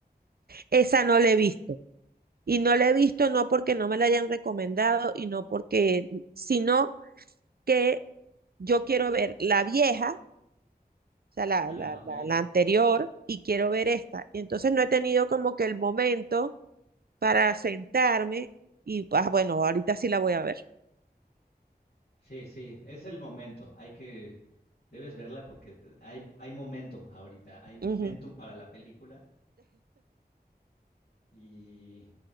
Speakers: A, on the right (about 65°); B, on the left (about 65°).
A: Esa no la he visto. Y no la he visto no porque no me la hayan recomendado y no porque, sino que yo quiero ver la vieja o sea, la,
B: Ah,
A: la,
B: ok.
A: la, la anterior, y quiero ver esta. Y entonces no he tenido como que el momento para sentarme y, ah, bueno, ahorita sí la voy a ver.
B: Sí, sí, es el momento, hay que, debes verla porque te- hay, hay momento ahorita, hay momentum
A: Ujú.
B: para la película y